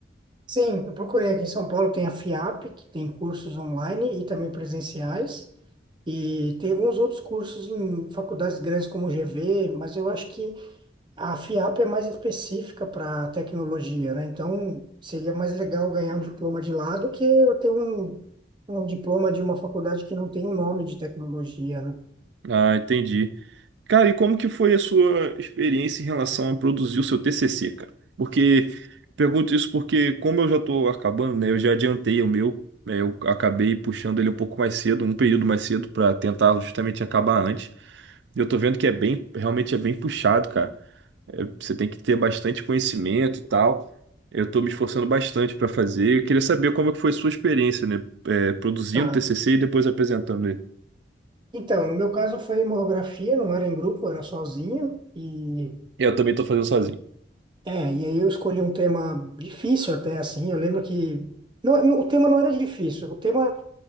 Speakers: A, on the right; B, on the right.
A: Sim, eu procurei aqui em São Paulo, tem a FIAP, que tem cursos online e também presenciais. E tem alguns outros cursos em faculdades grandes como o GV, mas eu acho que a FIAP é mais específica para tecnologia, né? Então, seria mais legal ganhar um diploma de lá do que eu ter um, um diploma de uma faculdade que não tem o nome de tecnologia, né?
B: Ah, entendi. Cara, e como que foi a sua experiência em relação a produzir o seu TCC, cara? Porque pergunto isso porque como eu já estou acabando, né? Eu já adiantei o meu, né? Eu acabei puxando ele um pouco mais cedo, um período mais cedo para tentar justamente acabar antes. E Eu tô vendo que é bem, realmente é bem puxado, cara. É, você tem que ter bastante conhecimento e tal. Eu tô me esforçando bastante para fazer. Eu queria saber como é que foi a sua experiência, né? É, produzindo
A: Tá.
B: TCC e depois apresentando ele.
A: Então, no meu caso foi monografia, não era em grupo, era sozinho. E,
B: Eu também tô fazendo sozinho.
A: é, e aí eu escolhi um tema difícil até, assim. Eu lembro que... Não, não, o tema não era difícil, o tema